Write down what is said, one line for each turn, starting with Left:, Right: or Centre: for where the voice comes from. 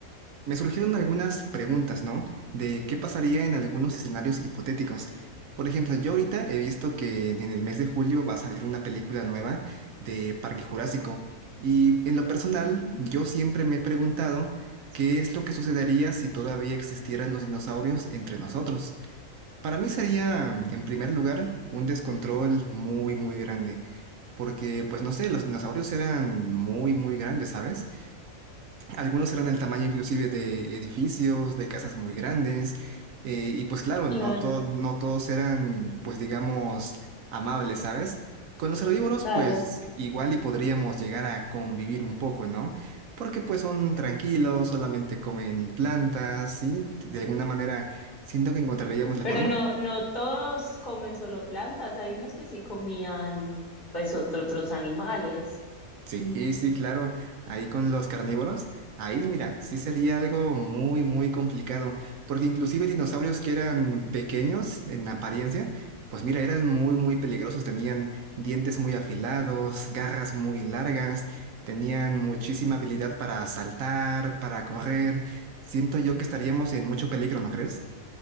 Right: me surgieron algunas preguntas, ¿no? De qué pasaría en algunos escenarios hipotéticos. Por ejemplo, yo ahorita he visto que en el mes de julio va a salir una película nueva de Parque Jurásico. Y en lo personal,
Left: Mm,
Right: yo siempre me he preguntado qué es lo que sucedería si todavía existieran los dinosaurios entre nosotros. Para mí sería, en primer lugar, un descontrol muy, muy grande, porque, pues no sé, los dinosaurios eran muy, muy grandes, ¿sabes? Algunos eran del tamaño inclusive de edificios, de casas muy grandes, eh, y pues claro,
Left: Claro,
Right: no, to- no todos eran, pues digamos, amables, ¿sabes? Con los herbívoros,
Left: claro.
Right: pues igual y podríamos llegar a convivir un poco, ¿no? Porque pues son tranquilos, solamente comen plantas, ¿sí? De alguna manera, siento que encontraríamos la
Left: Pero
Right: forma.
Left: no, no todos comen solo plantas. Hay unos que sí comían, pues, otro- otros animales.
Right: Sí, sí, claro. Ahí con los carnívoros, ahí mira, sí sería algo muy, muy complicado, porque inclusive dinosaurios que eran pequeños en apariencia, pues mira, eran muy, muy peligrosos. Tenían dientes muy afilados, garras muy largas, tenían muchísima habilidad para saltar, para correr. Siento yo que estaríamos en mucho peligro, ¿no crees?